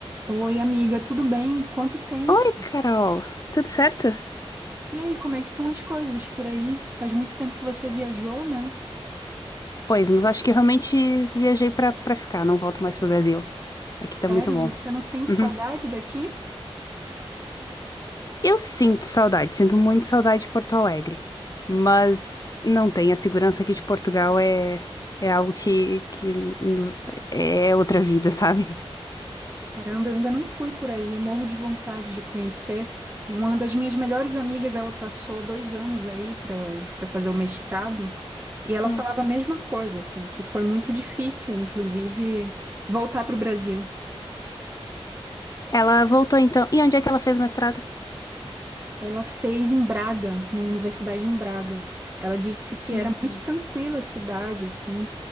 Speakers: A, on the right (about 25°); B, on the left (about 35°).
A: Oi, amiga, tudo bem? Quanto tempo?
B: Oi, Carol. Tudo certo?
A: E aí, como é que estão as coisas por aí? Faz muito tempo que você viajou, né?
B: Pois, mas acho que eu realmente viajei pra, pra ficar, não volto mais pro Brasil. Aqui
A: Sério,
B: tá muito bom.
A: você não sente
B: Uhum.
A: saudade daqui?
B: Eu sinto saudade, sinto muito saudade de Porto Alegre, mas não tem. A segurança aqui de Portugal é, é algo que, que nos- é outra vida, sabe?
A: Caramba, eu ainda não fui por aí, eu morro de vontade de conhecer. Uma das minhas melhores amigas, ela passou dois anos aí para para fazer o mestrado, e ela
B: Hum.
A: falava a mesma coisa, assim, que foi muito difícil, inclusive, voltar para o Brasil.
B: Ela voltou então. E onde é que ela fez o mestrado?
A: Ela fez em Braga, numa universidade em Braga. Ela disse que
B: Hum,
A: era muito tranquila a cidade, assim,